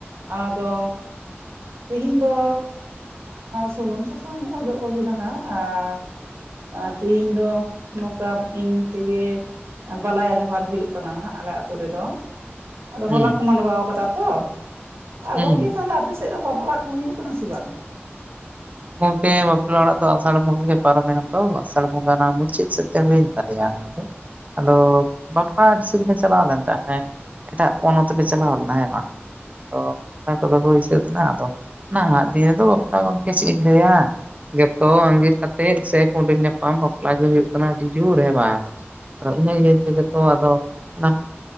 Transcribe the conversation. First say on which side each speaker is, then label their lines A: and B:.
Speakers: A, on the right; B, on the right.
A: ᱟᱫᱚ ᱛᱮᱦᱤᱧ ᱫᱚ ᱥᱩᱱᱩᱢ ᱥᱟᱥᱟᱝ ᱚᱡᱚᱜ ᱠᱚᱜᱮ ᱱᱟᱦᱟᱜ ᱟᱨ ᱟᱨ ᱛᱮᱦᱤᱧ ᱫᱚ ᱱᱚᱝᱠᱟ ᱮᱢᱱᱤ ᱛᱮᱜᱮ ᱵᱟᱞᱟᱭᱟ ᱡᱚᱦᱟᱨ ᱦᱩᱭᱩᱜ ᱠᱟᱱᱟ ᱱᱟᱦᱟᱜ ᱟᱞᱮ ᱟᱛᱳ ᱨᱮᱫᱚ ᱟᱫᱚ
B: ᱦᱩᱸ
A: ᱦᱚᱞᱟ ᱠᱚ ᱢᱟᱸᱰᱣᱟ ᱟᱠᱟᱫᱟ ᱛᱚ
B: ᱦᱩᱸ
A: ᱜᱚᱝᱠᱮ ᱛᱟᱦᱚᱞᱮ ᱟᱯᱮᱥᱮᱫ ᱫᱚ ᱵᱟᱯᱞᱟᱜ ᱠᱚ ᱦᱩᱭᱩᱜ ᱠᱟᱱᱟ ᱥᱮ ᱵᱟᱝ
B: ᱜᱚᱢᱠᱮ ᱵᱟᱯᱞᱟ ᱚᱲᱟᱜ ᱫᱚ ᱟᱥᱟᱲ ᱵᱚᱸᱜᱟ ᱜᱮ ᱯᱟᱨᱚᱢᱮᱱᱟ ᱛᱚ ᱟᱥᱟᱲ ᱵᱚᱸᱜᱟ ᱚᱱᱟ ᱢᱩᱪᱟᱹᱫ ᱥᱮᱫ ᱛᱮ ᱦᱩᱭᱮᱱ ᱛᱟᱞᱮᱭᱟ ᱟᱫᱚ ᱵᱟᱯᱞᱟ ᱛᱮ ᱪᱟᱞᱟᱣ ᱞᱮᱱ ᱛᱟᱦᱮᱸ ᱦᱮᱸ <unintelligible> ᱮᱴᱟᱜ ᱯᱚᱱᱚᱛ ᱞᱮ ᱪᱟᱞᱟᱣ ᱞᱮᱱᱟ ᱦᱮ ᱵᱟᱝ ᱫᱚ ᱚᱱᱟ ᱠᱚᱫᱚ ᱦᱩᱭ ᱥᱟᱹᱛ ᱮᱱᱟ ᱟᱫᱚ ᱱᱟᱦᱟᱜ ᱫᱤᱱ ᱨᱮᱫᱚ ᱵᱟᱯᱞᱟ ᱜᱚᱢᱠᱮ ᱪᱮᱫ ᱤᱧ ᱞᱟᱹᱭᱟ ᱡᱚᱛᱚ ᱟᱸᱜᱤᱨ ᱠᱟᱛᱮᱜ ᱥᱮ ᱠᱩᱸᱰᱮᱞ ᱧᱟᱯᱟᱢ ᱵᱟᱯᱞᱟ ᱜᱮ ᱦᱩᱭᱩᱜ ᱠᱟᱱᱟ ᱟᱹᱰᱤ ᱡᱳᱨ ᱦᱮ ᱵᱟᱝ ᱟᱨ ᱤᱱᱟᱹ ᱤᱭᱟᱹ ᱛᱮᱜᱮ ᱛᱚ ᱟᱫᱚ ᱚᱱᱟ